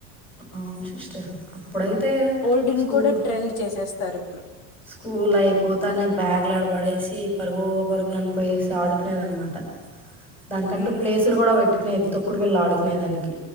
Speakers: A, in the centre; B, on the left.
A: అవున్ సిస్టర్ అప్పుడైతే
B: ఓల్డ్ ను
A: స్కూల్
B: కూడా ట్రెండ్ చేసెస్తారిప్పుడు
A: స్కూల్ అయిపోతానే బ్యాగు్లు ఆడబడేసి పరుగొ పరుగునన్ పోయేసి ఆడుకునేదాన్మాట దాన్కంటూ
B: ఉమ్
A: ప్లేసులు కూడా పెట్టుకునేది తొక్కుడు బిళ్ళ ఆడుకునే దానికి